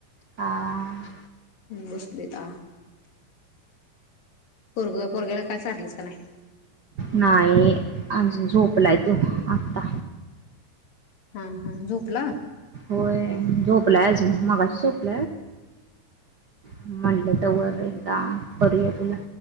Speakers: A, on the right; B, on the left.
A: आ आ
B: बसलीत आ पोरग पोरग्याला काय चारलीस का नाय
A: नाही अजून झोपलाय तो आत्ता
B: हा हा झोपला
A: होय. झोपला अजून मगासोच <unintelligible> म्हणलं त वर हेनं <unintelligible> पडूया बोला